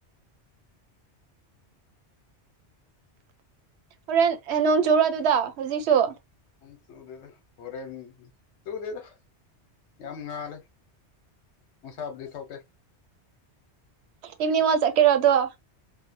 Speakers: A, on the right; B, on the left.
A: ꯍꯣꯔꯦꯟ ꯅꯣꯡ ꯆꯨꯨꯔꯣ ꯑꯗꯨꯗ ꯍꯧꯖꯤꯛꯁꯨ꯫
B: ꯅꯣꯡ ꯆꯨꯗꯦꯗ ꯍꯣꯔꯦꯟ ꯆꯨꯗꯦꯗ ꯌꯥꯝ ꯉꯥꯜꯂꯦ꯫ ꯅꯨꯡꯁꯥꯕꯨꯗꯤ ꯊꯣꯛꯇꯦ꯫
A: ꯏꯚꯅꯤꯡ ꯋꯥꯛ ꯆꯠꯀꯦꯔ ꯑꯗꯣ꯫